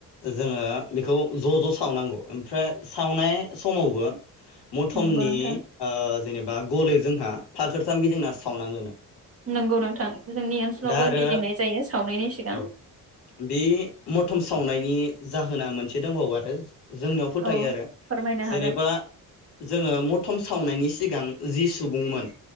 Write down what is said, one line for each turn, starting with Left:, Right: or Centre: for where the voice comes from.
Left: जोङो बेखौ ज' ज' सावनांगौ। ओमफ्राय सावनाय समावबो मथमनि
Right: नंगौ नोंथां
Left: ओ जेनेबा गले जोंहा फाखोरथाम गिदिंना सावनांगोनो।
Right: नोंगौ नोंथां जोंनि ओनसोलावबो
Left: दा आरो
Right: गिदिंनाय जायो सावनायनि सिगां
Left: औ बे मथम सावनायनि नि जाहोना मोनसे दंबावो आरो जोंनियाव फोथायो
Right: औ
Left: आरो
Right: फोरमायनो
Left: जेनेबा
Right: हागोन
Left: जोङो मथम सावनायनि सिगां जि सुबुंमोन